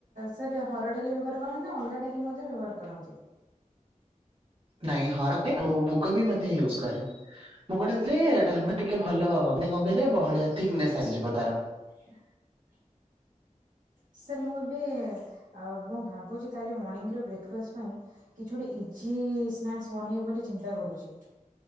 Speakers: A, on the right; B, on the right.
A: ସାର୍ ହରଡ ଡାଲି ବ୍ୟବହାର କରନ୍ତି ନା ଅଲଗା ଡାଲି ମଧ୍ୟ ବ୍ୟବହାର କରନ୍ତି?
B: ନାଇଁ ହର <inaudible> ଆଉ ମୁଗ ବି ମଧ୍ୟ ୟୁଜ୍ କରେ। ମୁଗ ଡାଲି ଥିରେ ଡାଲମା ଟିକେ ଭଲା ମାନେ କଣ କହିଲେ ବହଳିଆ ଥିକନେସ୍ ଆସିଯିବ ତାର।
A: ଓ, ସାର୍ ମୁଁ ଏବେ ଅ, ମୁଁ ଭାବୁଛି କାଲି ମର୍ଣିଂ ର ବ୍ରେକଫାଷ୍ଟ ପାଇଁ କିଛି ଗୋଟେ ଇଜି ସ୍ନାକ୍ସ ବନେଇବି ବୋଲି ଚିନ୍ତା କରୁଛି।